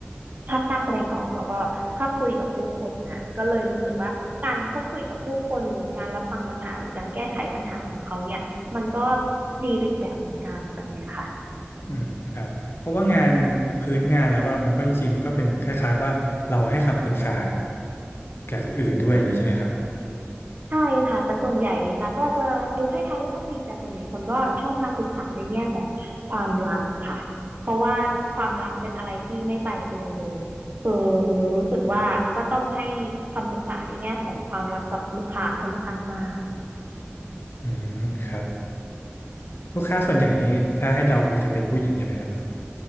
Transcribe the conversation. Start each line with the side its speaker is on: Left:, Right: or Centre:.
Right: ชอบกล้าแสดงออกแล้วก็ชอบคุยกับผู้คนน่ะก็เลยรู้สึกว่าการพูดคุยกับผู้คนหรือการรับฟังปัญหาหรือการแก้ไขปัญหาของเขาเนี่ยมันก็ดีไปอีกแบบเหมือนกันแบบเนี้ยค่ะ
Left: อืมครับเพราะว่างานพื้นงานแล้วอะมันก็จริงๆมันก็เป็นคล้ายๆว่าเราให้คำปรึกษาแก่คนอื่นด้วยอย่างนี้ใช่ไหมครับ
Right: ใช่ค่ะแต่ส่วนใหญ่ตาก็จะดูไพ่ทาโร่ก็จริงแต่ส่วนใหญ่คนก็ชอบมาปรึกษาในแง่ของความรักค่ะเพราะว่าความรักเป็นอะไรที่ไม่ตายตัวเลยคือรู้สึกว่าก็ต้องให้คำปรึกษาในแง่ของความรักกับลูกค้าค่อนข้างมาก
Left: อืมครับลูกค้าส่วนใหญ่นี่ถ้าให้เดาคงจะเป็นผู้หญิงใช่ไหมครับ